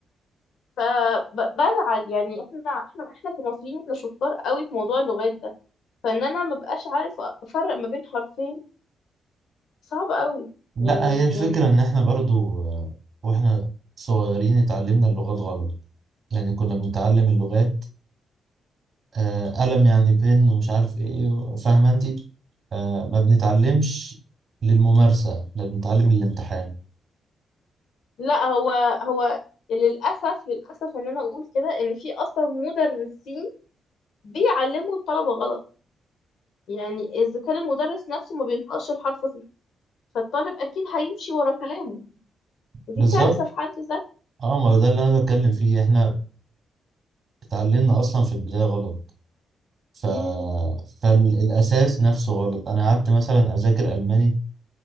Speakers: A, on the left; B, on the right.
A: فبزعل يعني احنا احنا احنا كمصريين احنا شطار قوي في موضوع اللغات ده فان انا ما بقاش عارف افرق ما بين حرفين صعب قوي
B: لا
A: يعني
B: هي الفكرة
A: يعني
B: ان احنا برضو آه، واحنا صغيرين اتعلمنا اللغات غلط يعني كنا بنتعلم اللغات آه قلم يعني بن ومش عارف ايه فاهمة انتي آه ما بنتعلمش للممارسة احنا بنتعلم للامتحان
A: لا هو هو للأسف للأسف إن أنا أقول كده إن في أصلا مدرسين بيعلموا الطلبة غلط يعني إذا كان المدرس نفسه ما بينطقش الحرف صح فالطالب أكيد هيمشي ورا كلامه ودي
B: بالظبط
A: كارثة في حد ذاتها
B: اه ما ده اللي انا بتكلم فيه احنا اتعلمنا اصلا في البداية غلط ف...
A: مم،
B: فالاساس نفسه غلط انا قعدت مثلا اذاكر الماني